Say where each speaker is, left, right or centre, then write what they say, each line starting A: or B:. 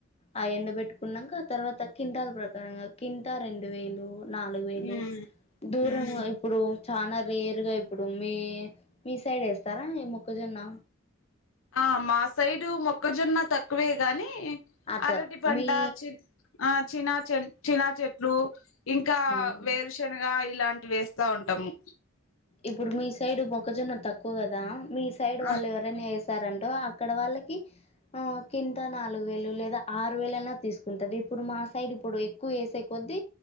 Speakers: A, on the left; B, on the left.
A: ఆ ఎండ ఎండబెట్టుకున్నంక తర్వాత క్వింటాల్ ప్రకారంగా కి త రెండు వేలు నాలుగు వేలు
B: ఉమ్
A: దూరంగా
B: ఉమ్
A: ఇప్పుడు చనా రేరుగా ఇప్పుడు మీ మీ సైడేస్తారా ఈ మొక్కజొన్న
B: ఆ మా సైడు మొక్కజొన్న తక్కువే గాని
A: అట
B: అరటి పంట
A: మీ
B: చి ఆ చినా చెన్ చినా చెట్లు ఇంకా
A: ఉమ్
B: వేరుశనగా ఇ ఇలాంటివి వేస్తా ఉంటాము
A: ఇప్పుడు మీ సైడు మొక్కజొన్న తక్కువ గదా మీ సైడు వాళ్ళు
B: ఆ
A: ఎవరన్నా ఏస్ స్తారంటో అక్కడ వాళ్ళకి ఆ కింటా నాలుగు వేలు లేదా ఆరు వేలన్నా తీసుకుంటారు ఇప్పుడు మా సైడ్ ఇప్పుడు ఎక్కువ ఏసే కొద్దీ